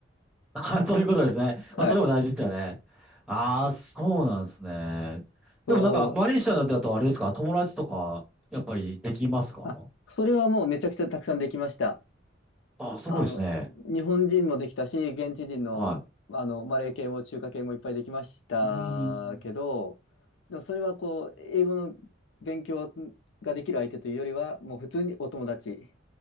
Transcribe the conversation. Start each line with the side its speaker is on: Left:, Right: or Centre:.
Centre: <laughs> あ、そういうことですね。
Left: はい。
Centre: まあそれも大事ですよね。ああ、そうなんですね。
Left: そう。
Centre: でもなんか、マレーシアだとあれですか、
Left: うん
Centre: 友達とか、やっぱりできますか
Left: あ、それはもうめちゃくちゃたくさんできました。
Centre: ああ、すごいですね。
Left: あの、日本人もできたし、現地人の、
Centre: は
Left: あの、マレー系も中華系もいっぱいできましたけど、
Centre: い。うーん。
Left: でもそれはこう、英語の勉強ができる相手というよりは、もう普通にお友達。